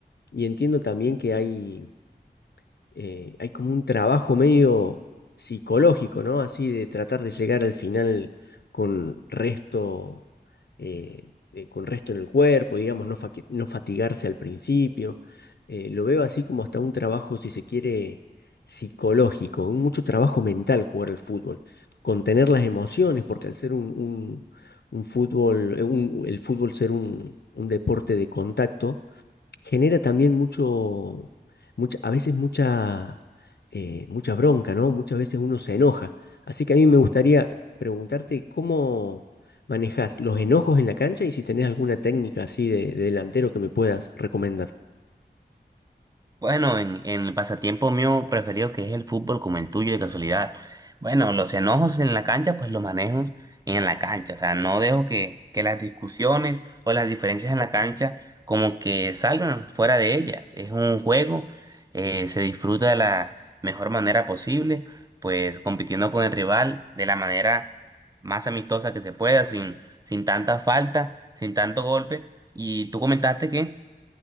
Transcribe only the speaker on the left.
Y entiendo también que hay eh, hay como un trabajo medio psicológico, ¿no? Así de tratar de llegar al final con resto, eh, eh, con resto en el cuerpo, digamos, no, faqui- no fatigarse al principio. Eh, lo veo así como hasta un trabajo, si se quiere, psicológico, un mucho trabajo mental jugar al fútbol, contener las emociones, porque al ser un, un- un fútbol, eh, un- el fútbol ser un un deporte de contacto, genera también mucho, mucha, a veces mucha, eh, mucha bronca, ¿no? Muchas veces uno se enoja. Así que a mí me gustaría preguntarte cómo manejas los enojos en la cancha y si tenés alguna técnica así de, de delantero que me puedas recomendar.